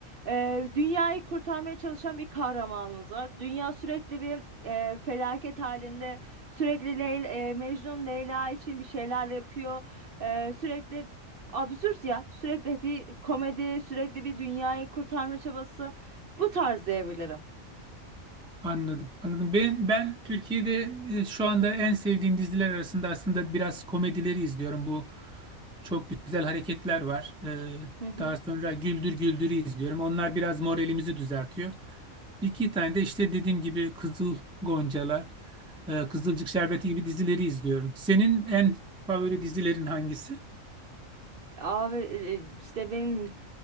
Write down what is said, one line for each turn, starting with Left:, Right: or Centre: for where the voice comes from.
Right: e, dünyayı kurtarmaya çalışan bir kahramanımız var. Dünya sürekli bir e, felaket halinde sürekli Leyla, e, Mecnun Leyla için bir şeyler yapıyor. E, sürekli absürt ya sürekli bir komedi sürekli bir dünyayı kurtarma çabası bu tarz diyebilirim.
Centre: Anladım. Anladım. Ben ben Türkiye'de e, şu anda en sevdiğim diziler arasında aslında biraz komedileri izliyorum. Bu Çok güzel hareketler var. Ee,
Right: Hı hı.
Centre: daha sonra Güldür Güldür'ü izliyorum. Onlar biraz moralimizi düzeltiyor. Bir iki tane de işte dediğim gibi Kızıl Goncalar, e, Kızılcık Şerbeti gibi dizileri izliyorum. Senin en favori dizilerin hangisi?
Right: Abi e, işte benim